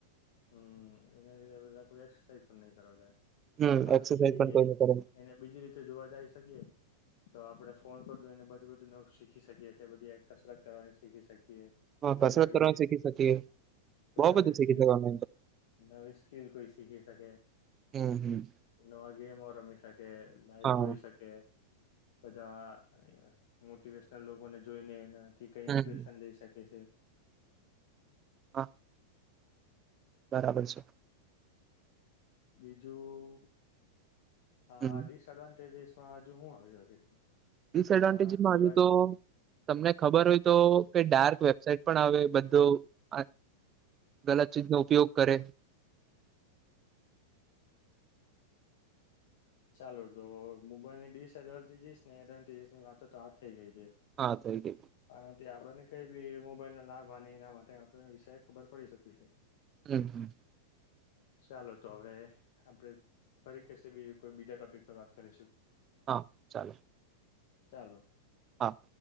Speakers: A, on the left; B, on the right.
A: હમ્મ, એના લીધે બધા કોઈ એક્સરસાઇઝ પણ નહી કરવા જાય
B: હમ
A: બાકી
B: એક્સરસાઇઝ પણ કોઈ કરે
A: એને બીજી રીતે જોવા જાય શકીએ તો આપડે ફોન પર જોઈને બધું બધું ન શીખી શકીએ છીએ, બધી એક કસરત કરવાની શીખી શકીએ.
B: હા
A: કોઈ
B: કસરત
A: નવી
B: કરવા શીખી શકીએ
A: કોઈ
B: બઉ
A: નવી
B: બધું
A: સ્કીલ્સ
B: શીખી શક
A: નવી સ્કીલ કોઈ શીખી શકે,
B: હમ હમ
A: નવા ગેમો રમી શકે, લાઈવ
B: હા
A: જોઈ શકે બધા મોટિવેશનલ લોકોને જોઈને એના થી કઈ
B: હમ
A: ઈસ્પ્રેશન લઈ શ એ છે.
B: હા. બરાબર છે.
A: બીજું હા
B: હમ
A: ડિસડવાન્ટેજીસ પણ આજુ હું આવી વાગે છે.
B: ડિસએડવાન્ટેજમાં
A: આના સિવાય
B: હજુ તો તમને ખબર હોય તો કે ડાર્ક વ ટ પણ આવે બધું ગલત ચીજનો ઉપયોગ કરે.
A: ચાલો તો મોબાઈલ ની ડીસએડવાન્ટેજીસ ને એડવાન્ટેસની વાતો તો આ થઇ ગઈ છે.
B: હા થઈ ગઈ.
A: આનાથી આપણને કઈ બી મોબાઈલ ના લાભ એના માટે આપ વિષય ખબર પડી શકી છે.
B: હમ્મ હમ્મ.
A: ચાલો તો હવે આપડે ફરી કશે બી કોઈ બીજા ટોપિક પર વાત કરીશું.
B: હા ચાલે.
A: ચાલો.
B: હા.